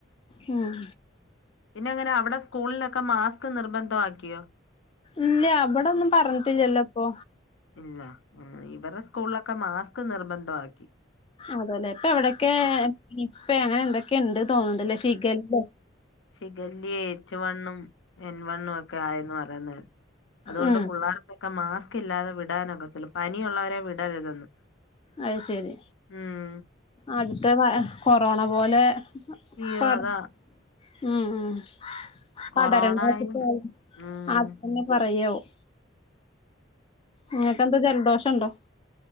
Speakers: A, on the left; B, on the left.
A: ഉം
B: പിന്നെ എങ്ങനെ അവിടെ സ്കൂളിലൊക്കെ മാസ്ക് നിർബന്ധമാക്കിയോ
A: ഇല്ല വടൊന്നും പറഞ്ഞിട്ടില്ലല്ലോ ഇപ്പൊ
B: ഇല്ല ഉം ഇവരുടെ സ്കൂളിലൊക്കെ മാസ്ക് നിർബന്ധമാക്കി
A: അതെല്ലെ ഇപ്പൊ എവിടെക്കെ നിപ്പെ അങ്ങനെ എന്തൊക്കെ ഇണ്ട് തോന്ന്ണ്ട്ല്ലേ ശിഖല്ലേ
B: ശിഖല്ലേ എച്ച് വണ്ണും എൻ വണ്ണും ഒക്കെ ആയെന്ന് പറയുന്നെ അതുകൊണ്ട്
A: ഉം
B: പുള്ളേർക്കൊക്കെ മാസ്ക് ഇല്ലാതെ വിടാനൊക്കത്തില്ല പനിയുള്ളവരെ വിടരുതെന്ന്
A: അയ്ശരി
B: ഉം
A: ആദ്യത്തെ കൊറോണ പോലെ
B: അയ്യോ
A: പട്
B: അതാ
A: ഉം ഉം
B: കൊറോണയും
A: പടരണ്ടാച്ച്ട്ടാവും
B: ഉം
A: ആദ്യം തന്നെ പറയാവും ഇങ്ങക്ക് എന്താ ജലദോഷം ഇണ്ടോ